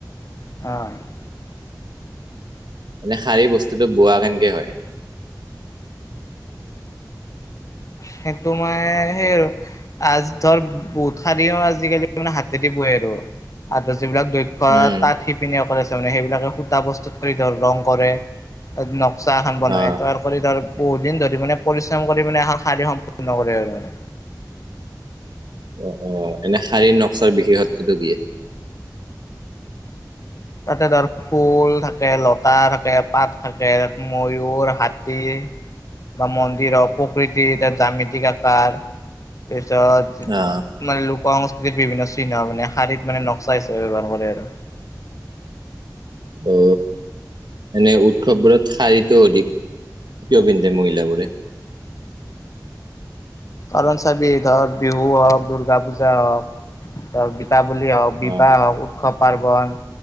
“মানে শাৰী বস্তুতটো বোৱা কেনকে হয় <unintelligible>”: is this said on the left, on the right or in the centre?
Right